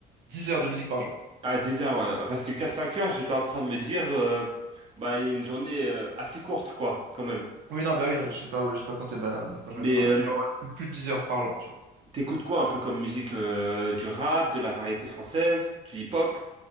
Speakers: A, on the right; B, on the right.
A: 10 heures de musique par jour.
B: Ah, 10 heures, ouais. Parce que quatre cinq heures, j'étais
A: Je-
B: en train de me dire, euh, bah, il y a une journée euh, assez courte, quoi, quand même.
A: Oui, non, bah oui, non, j'ai pas, ouais, j'ai pas compté ma, ma journée
B: Mais
A: de travail.
B: euh,
A: Mais genre, ouais, plus plus de dix heures par jour, tu vois.
B: t'écoutes quoi un peu comme musique euh, du rap, de la variété française, du hip-hop?